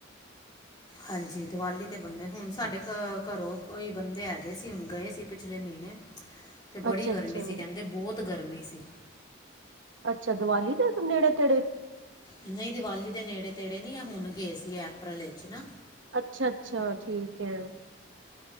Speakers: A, on the left; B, on the right.
A: ਹਾਂਜੀ, ਦੀਵਾਲੀ ਤੇ ਬੰਦੇ ਹੁਣ ਸਾਡੇ ਘਰੋਂ ਕੋਈ ਬੰਦੇ ਹੈਗੇ ਸੀ ਹੁਣ ਗਏ ਸੀ ਪਿਛਲੇ ਮਹੀਨੇ। ਤੇ ਬੜੀ
B: ਅੱਛਾ
A: ਗਰਮੀ
B: ਅੱਛਾ
A: ਸੀ ਕਹਿੰਦੇ ਬਹੁਤ ਗਰਮੀ ਸੀ।
B: ਅੱਛਾ, ਦੀਵਾਲੀ ਦੇ ਨੇੜੇ ਤੇੜੇ
A: ਨਹੀਂ ਦੀਵਾਲੀ ਦੇ ਨੇੜੇ ਤੇੜੇ ਨਹੀਂ, ਆ ਹੁਣ ਗਏ ਸੀ ਅਪ੍ਰੈਲ ਵਿੱਚ ਨਾ
B: ਅੱਛਾ-ਅੱਛਾ ਠੀਕ ਹੈ।